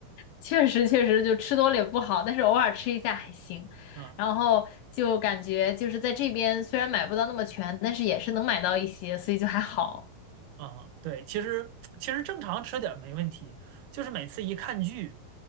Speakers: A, on the left; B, on the right.
A: 确实确实就吃多了也不好，但是偶尔吃一下还行。
B: 啊。
A: 然后就感觉就是在这边虽然买不到那么全，但是也是能买到一些，所以就还好。
B: 啊，对，其实其实正常吃点儿没问题，就是每次一看剧，